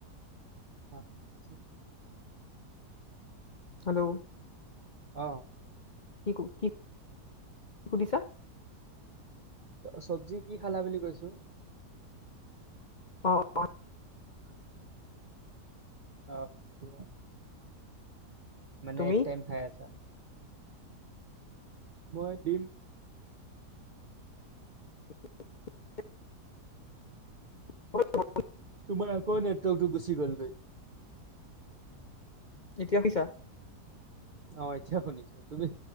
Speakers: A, on the right; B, on the left.
A: মানুহ ঢুকাইছে।
B: হেল্লো'
A: অ।
B: কি ক কি সুধিছা?
A: চব্জি কি খালা বুলি কৈছো?
B: অ' অ'।
A: অ সিজুৱা। মানে
B: তুমি
A: এক টাইম খাই আছা? মই দিম।
B: <unintelligible> <unintelligible>
A: তোমাৰ আকৌ নেৱৰ্কটো গুচি গলগৈ।
B: এতিয়া শুনিছা?
A: অ এতিয়াও শুনিছো, তুমি